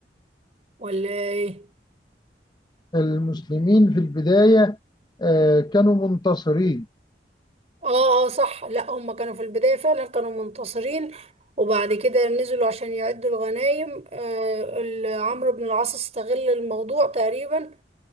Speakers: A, on the right; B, on the left.
A: ولا ايه
B: المسلمين في البدايه آه، كانوا منتصرين
A: اه اه صح لا هم كانوا في البداية فعلا كانوا منتصرين وبعد كده نزلوا عشان يعدوا الغنايم آه ال- عمرو بن العاص استغل الموضوع تقريبا